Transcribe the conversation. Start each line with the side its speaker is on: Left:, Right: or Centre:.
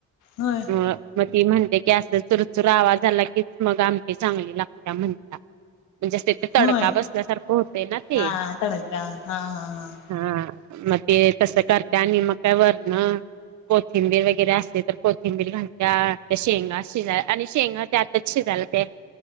Left: होय.
Right: म ती म्हणते की असं चुरचुरा आवाज आला की मग आमटी चांगली लागत्या म्हणत्या. म्हणजे असते ते तडका
Left: होय
Right: बसल्यासारखं होतंय ना ते.
Left: हा तडका हा हा
Right: हा म ते तसं करते आणि मग काय वरनं कोथिंबीर वगैरे असते तर कोथिंबीर घालत्या त्या शेंगा शिजाय आणि शेंगा त्या आतच शिजाला ते